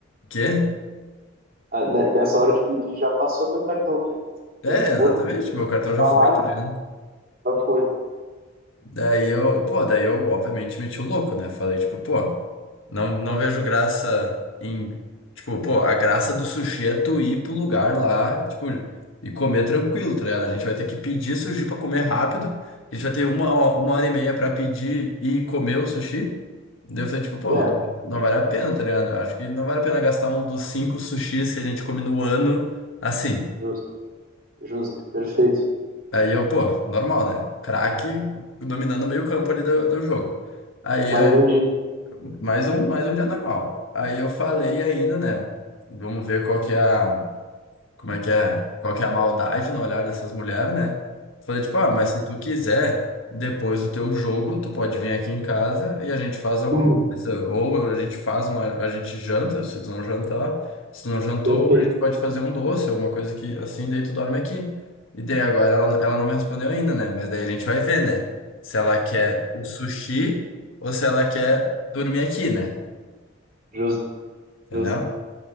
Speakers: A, on the left (about 65°); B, on the right (about 45°).
A: que-
B: Ah, ne- Nessa hora de pedir, já passou teu cartão, tá ligado?
A: É,
B: Quando
A: exatamente,
B: for
A: meu cartão já
B: falar,
A: foi, tá ligado?
B: já foi.
A: Daí eu, pô, daí eu obviamente meti o louco, né? Falei, tipo, pô, não, não vejo graça em. Tipo, pô, a graça do sushi é tu ir pro lugar lá, tipo, e comer tranquilo, tá ligado? A gente vai ter que pedir sushi pra comer rápido, a gente vai ter uma, ho- uma hora e meia pra pedir e comer o sushi. Daí eu falei, tipo, pô,
B: É,
A: não, não vale a pena, tá ligado? Eu acho que não vale a pena gastar um dos cinco sushis que a gente come no ano assim.
B: justo, justo, perfeito.
A: Aí eu, pô, normal, né? Craque dominando o meio-campo ali do, do jogo. Aí
B: Mais
A: é
B: um dia.
A: mais um, mais um dia normal. Aí eu falei ainda, né? Vamos ver qual que é a como é que é, qual que é a maldade no olhar dessas mulheres, né? Falei, tipo, ah, mas se tu quiser, depois do teu jogo, tu pode vir aqui em casa e a gente faz alguma
B: Hum,
A: coisa. Ou a gente faz uma, a gente janta, se tu não jantar, se tu não jantou,
B: Perfeito,
A: a gente pode fazer um doce, alguma coisa que assim, daí tu dorme aqui. E daí agora ela, ela não me respondeu ainda, né? Mas daí a gente vai ver, né? Se ela quer o sushi ou se ela quer dormir aqui, né?
B: justo,
A: Entendeu?
B: justo.